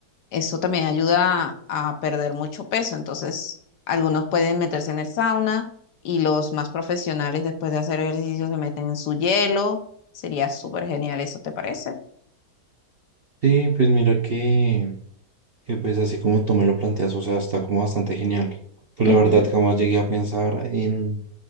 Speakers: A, on the left; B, on the right.
A: eso también ayuda a perder mucho peso. Entonces, algunos pueden meterse en el sauna y los más profesionales después de hacer ejercicio se meten en su hielo. Sería súper genial, ¿eso te parece?
B: Sí, pues mira que, que pues así como tú me lo planteas, o sea, está como bastante genial. Pues
A: Ujú,
B: la verdad jamás llegué a pensar en,